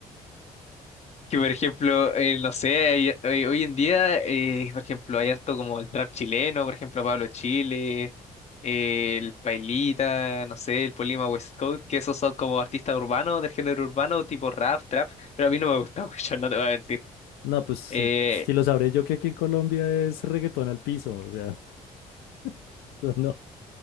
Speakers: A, on the left (about 45°); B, on the left (about 85°).
A: Que por ejemplo, eh, no sé, hay- hoy, hoy en día, eh, por ejemplo, hay harto como el trap chileno, por ejemplo, Pablo Chile, eh, el Pailita, no sé, el Polima West Coast, que esos son como artistas urbanos, del género urbano, tipo rap, trap, pero a mí no me gusta mucho, <laughs> no te voy a mentir.
B: No, pues si,
A: Eh,
B: si lo sabré yo que aquí en Colombia es reggaetón al piso, o sea, <laughs> eso no.